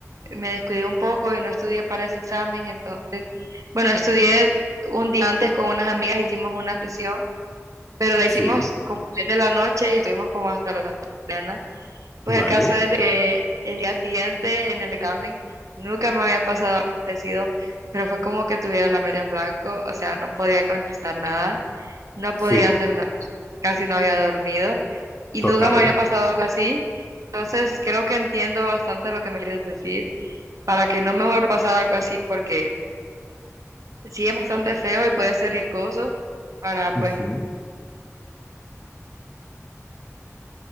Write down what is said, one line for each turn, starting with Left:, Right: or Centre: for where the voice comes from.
Right: me descuidé un poco y no estudié para ese examen, entonces, bueno, estudié un día antes con unas amigas, hicimos una sesión, pero la
Left: sí,
Right: hicimos como a las 10 de la noche y estuvimos como hasta la mañana. Pues
Left: vale,
Right: el caso es de que el día siguiente en el examen nunca me había pasado algo parecido, pero fue como que tuviera la mente en blanco, o sea, no podía contestar nada no
Left: sí,
Right: podía hacer nada, casi no había dormido y
Left: total.
Right: nunca me había pasado algo así. Entonces creo que entiendo bastante lo que me quieres decir para que no me vuelva a pasar algo así porque sí es bastante feo y puede ser riesgoso para
Left: ujú,
Right: pues